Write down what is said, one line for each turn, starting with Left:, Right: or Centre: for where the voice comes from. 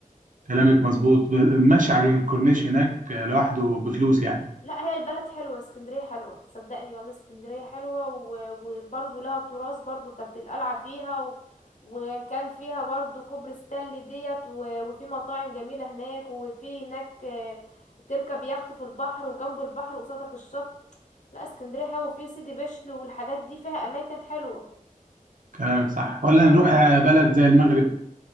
Right: كلامك مظبوط ب- ماشي على الكورنيش هناك لوحده بفلوس يعني
Left: لا هي البلد حلوة اسكندرية حلوة صدقني والله اسكندرية حلوة و- وبرضو لها تراث برضو كانت القلعة فيها و... وكان فيها برضو كوبري ستانلي ديت و... وفي مطاعم جميلة هناك وفي هناك آه، تركب يخت في البحر وجنب البحر قصادك الشط لا اسكندرية حلوة وفي سيدي بشر والحاجات دي فيها اماكن حلوة
Right: كلامك صح ولا نروح بلد زي المغرب